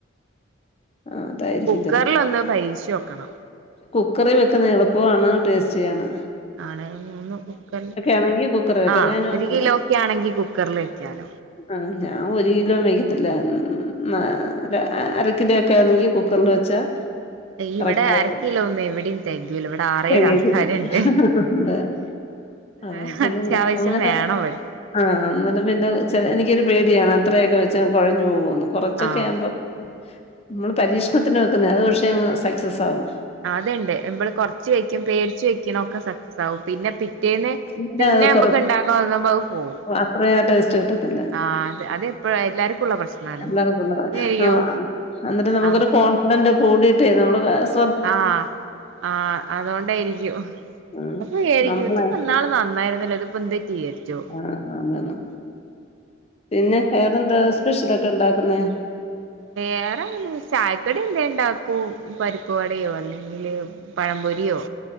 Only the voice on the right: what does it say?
കുക്കറിൽ
ഒന്ന് പരീക്ഷിച്ച്നോക്കണം
ആണേലും ഒന്ന് കുക്കറില്
ആ
ഒരു
കിലോ ഒക്കെ ആണെങ്കി കുക്കറില് വെക്കാം
ഇവിടെ
അരക്കിലോ ഒന്നും എവിടെയും തികയൂല്ല ആറേഴു
ആൾക്കാരുണ്ട്
ആ അത്യാവശ്യം
വേണം ഇവിടെ
ആഹ്
അത് ഉണ്ട് നമ്മൾ കുറച്ച് വെക്കും പേടിച്ച് വെകുന്നതൊകെ സക്സസ് ആകും പിന്നെ പിറ്റേന്ന്
പിന്നെ
നമ്മക്ക്
ഉണ്ടാക്കാൻ തോന്നുമ്പോ അത് പോവും
ആഹ് അത് അതെപ്പഴ എല്ലാർക്കും ഉള്ള പ്രശ്നാണ്
ശരിക്കും
ആഹ്
ആഹ് ആ അതൊണ്ടായിരിക്കും
അപ്പൊരിക്കും
ഇത് ഇന്നാള് നടന്ന നന്നായിരുന്നില്ല ഇത് ഇപ്പോ പന്ത് പറ്റിയോഴിചോ
വേറെ ചായക്കടി എന്താ ഉണ്ടാക്കും പരിപ്പ് വടയോ അല്ലെങ്കില് പഴം പൊരിയോ